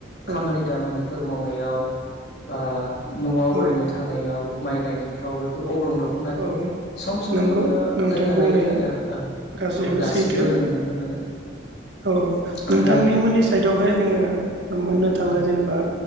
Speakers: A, on the left; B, on the right.
A: खामानि
B: औ
A: दामानिफोर मावनायाव बा न'आव ओरैनो
B: औ
A: थानायाव माइ गायनायफ्राव बेफोर अग्रं द ख'नायखौ
B: औ
A: सम सम
B: नंगौ
A: जोङो
B: नोंथां
A: जायगा
B: बुंनाया
A: लायो जायगा ओ
B: गासैबो
A: औ दासिमबो
B: सैथो
A: जोङो नुनो मोनो
B: औ
A: ओमफ्राय
B: नोंथांनिमोननि साइडआवहाय जोङो मोननो थाङो
A: औ
B: जेनेबा